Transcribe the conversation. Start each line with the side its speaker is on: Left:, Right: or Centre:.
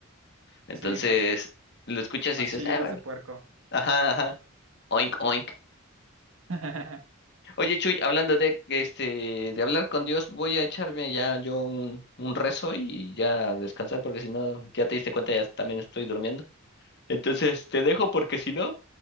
Left: Entonces,
Right: sí, más,
Left: lo escuchas
Right: más
Left: y dices,
Right: chillidos
Left: ah, vale.
Right: de puerco.
Left: Ajá, ajá. Oink, oink.
Right: <laughs>
Left: Oye, Chuy, hablando de este, de hablar con Dios, voy a echarme ya yo un, un rezo y ya a descansar, porque si no, ya te diste cuenta, ya también estoy durmiendo. Entonces, te dejo porque si no,